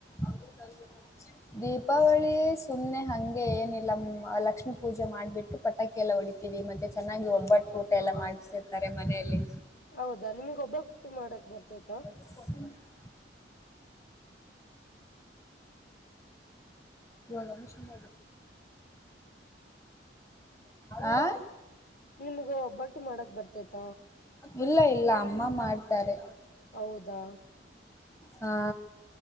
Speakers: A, on the left; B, on the left.
A: ಅದು ಕ <unintelligible> ದೀಪಾವಳಿ ಸುಮ್ನೆ ಹಂಗೆ ಏನಿಲ್ಲ ಲಕ್ಷ್ಮೀ ಪೂಜೆ ಮಾಡ್ಬಿಟ್ಟು ಪಟಾಕಿ ಎಲ್ಲ ಹೊಡಿತ ಮತ್ತೆ ಚೆನ್ನಾಗಿ ಒಬ್ಬಟ್ಟು ಊಟ ಎಲ್ಲ ಮಾಡ್ಸತಿರ್ತಾರೆ ಮನೆಯಲ್ಲಿ
B: ಹೌದಾ ನಿಮಗ್ ಒಬ್ಬಕ್ಟ್ಟು ಮಾಡಕ್ ಬರ್ತೈತ
A: <inaudible> ಯ ಮಷೀನ್ ಆ
B: ನಿಮ್ಗ ಒಬ್ಬಟ್ಟು ಮಾಡಕ್ ಬರ್ತೈತ
A: ಇಲ್ಲ ಇಲ್ಲ ಅಮ್ಮ ಮಾಡ್ತಾರೆ
B: ಹೌದಾ
A: ಹಾ